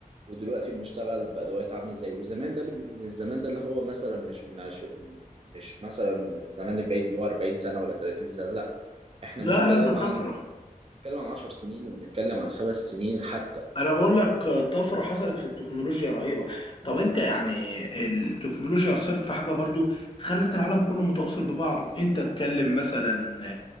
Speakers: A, on the right (about 40°); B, on the left (about 35°).
A: ودلوقتي بنشتغل بأدوات عاملة إزاي وزمان ده بال- من الزمان ده اللي هو مثلا مش من عش... مش مثلا الزمان البعيد اللي هو 40 سنة ولا 30 سنة لا إحنا
B: لا
A: بنتكلم
B: لا ده طفره
A: عن بنتكلم عن 10 سنين وبنتكلم عن خمس سنين حتى
B: انا بقول لك طفره حصلت في التكنولوجيا رهيبه طب انت يعني التكنولوجيا اثرت في حاجه برضو خلت العالم كله متواصل ببعضه انت تكلم مثلا